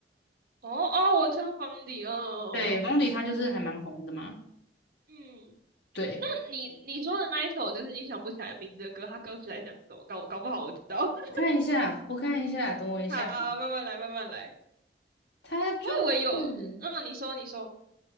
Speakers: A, on the right; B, on the left.
A: 哦哦，我知道方迪，嗯
B: 对，方迪他就是还蛮红的嘛。
A: 嗯。
B: 对，
A: 那你你说的那一首，就是你想不起来名字的歌，它歌词在讲什么？搞搞不好我知道。<laughs>
B: 我看一下，我看一下，等我一下，
A: 好，慢慢来，慢慢来。
B: 他就是。
A: 我以为有，嗯，你说，你说，